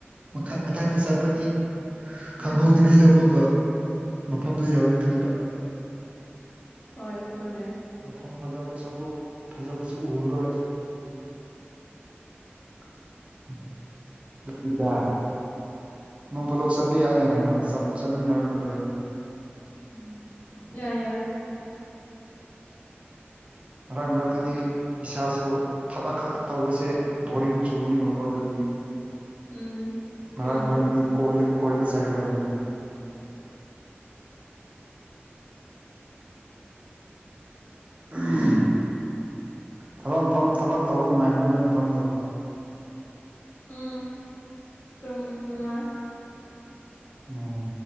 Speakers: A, on the right (about 30°); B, on the left (about 55°).
A: ꯃꯈ ꯃꯊꯛꯇ ꯆꯠꯄꯗꯤ
B: ꯎꯝ
A: ꯈꯪꯍꯧꯗꯕꯤꯗ ꯑꯃꯨꯛꯀ ꯃꯐꯝꯗꯨ ꯌꯧꯔꯛꯀꯅꯤꯕ
B: ꯍꯣꯏ ꯑꯗꯨꯅꯦ
A: ꯃꯐꯝ ꯐꯖꯕ ꯁꯨꯒꯨ ꯐꯖꯕꯁꯨ ꯎꯔꯔꯣꯏ <unintelligible> ꯅꯣꯡ ꯐꯥꯗꯣꯛ ꯆꯠꯄ ꯌꯥꯏꯅ ꯀꯩꯅꯣ ꯆꯜ ꯆꯠꯃꯤꯟꯅꯔꯨ ꯂꯣꯏꯔꯦꯅꯦ
B: ꯎꯝ ꯌꯥꯏ ꯌꯥꯏ
A: ꯃꯔꯛ ꯃꯔꯛ ꯇꯗꯤ ꯏꯁꯥꯁꯨ ꯊꯕꯛ ꯈꯛꯇ ꯇꯧꯕꯁꯦ ꯕꯣꯔꯤꯡ ꯆꯨꯅꯤꯕꯀꯣ ꯑꯗꯨꯒꯤ
B: ꯎꯝ
A: ꯃꯔꯛ
B: ꯆꯨꯕꯅꯦ
A: ꯃꯔꯛꯗꯤ ꯀꯣꯏ ꯀꯣꯏꯕ ꯆꯠꯒꯗꯧꯕꯅꯦ ꯎꯝ ꯊꯕꯛ ꯃꯐꯝ ꯊꯕꯛ ꯇꯧꯕ ꯅꯨꯡꯉꯥꯏꯕ꯭ꯔꯣ ꯅꯣꯏ ꯃꯐꯝꯗꯣ
B: ꯎꯝ ꯇꯨꯝ ꯅꯨꯡꯉꯥꯏ
A: ꯑꯣ